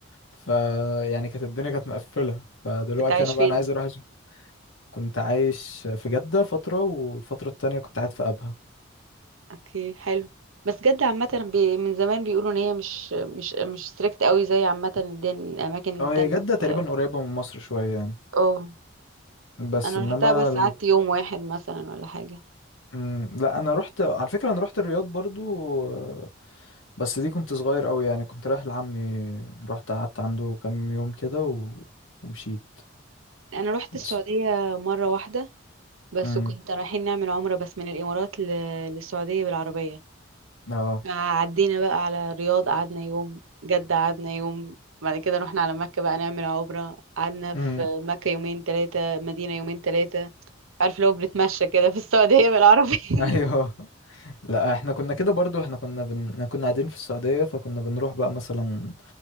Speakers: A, on the left; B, on the right.
A: ف يعني كانت الدنيا كانت مقفلة فدلوقتي
B: كنت عايش
A: انا بقى
B: فين
A: انا عايز اروح اشوف كنت عايش في جدة فترة والفترة التانية كنت قاعد في ابها
B: اوكي حلو بس جدة عامة بي... من زمان بيقولوا ان هي مش مش مش ستريكت قوي زي عامة الدن... الاماكن
A: اه
B: التانية
A: هي جدة تقريبا
B: في
A: قريبة من مصر شوية يعني
B: اه
A: بس
B: انا
A: انما
B: رحتها بس قعدت يوم واحد مثلا ولا حاجة
A: مم، لا انا رحت على فكره انا رحت الرياض برضو آه، بس دي كنت صغير قوي يعني كنت رايح لعمي رحت قعدت عنده كام يوم كده و... ومشيت
B: انا رحت
A: بس
B: السعودية مرة واحدة بس
A: امم
B: كنت رايحين نعمل عمرة بس من الامارات ل... للسعودية بالعربية
A: اه
B: عدينا بقى على الرياض قعدنا يوم جدة قعدنا يوم بعد كده رحنا على مكة بقى نعمل عمرة قعدنا في
A: امم
B: مكة يومين ثلاثة مدينة يومين ثلاثة عارف لو بنتمشى كده في السعودية بالعربية
A: ايوه <laughs> لا احنا كنا كده برضو احنا كنا بن... كنا قاعدين في السعوديه فكنا بنروح بقى مثلا